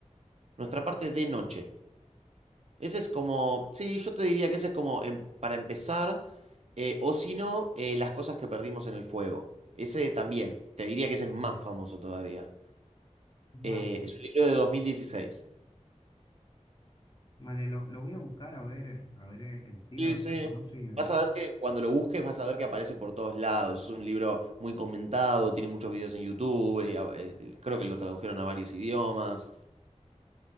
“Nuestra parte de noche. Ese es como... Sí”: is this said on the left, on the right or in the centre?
Right